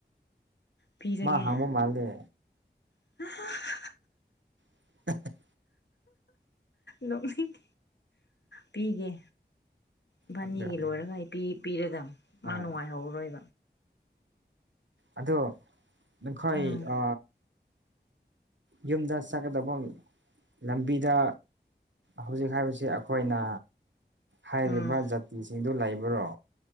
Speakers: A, on the left (about 70°); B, on the right (about 90°).
A: ꯄꯤꯔꯒꯦ
B: ꯃꯥ ꯍꯪꯕ ꯃꯥꯜꯂꯦ
A: <unintelligible>
B: <unintelligible>
A: ꯅꯣꯛꯅꯤꯡ ꯄꯤꯒꯦ ꯏꯕꯥꯟꯅꯤꯒꯤ
B: ꯑꯗꯨꯅꯦꯕ
A: ꯂꯣꯏꯔꯒ ꯑꯩ ꯄꯤ ꯄꯤꯔꯗꯕ
B: ꯍꯣꯏ
A: ꯃꯥ ꯅꯨꯡꯉꯥꯏꯍꯧꯔꯣꯏ
B: ꯑꯗꯣ ꯅꯈꯣꯏ
A: ꯎꯝ
B: ꯑ ꯌꯨꯝꯗ ꯆꯠꯀꯗꯕ ꯂꯝꯕꯤꯗ ꯍꯧꯖꯤꯛ ꯍꯥꯏꯕꯁꯤ ꯑꯩꯈꯣꯏꯅ ꯍꯥꯏꯔꯤꯕ
A: ꯎꯝ
B: ꯖꯥꯇꯤꯁꯤꯡꯗꯨ ꯂꯩꯕ꯭ꯔꯣ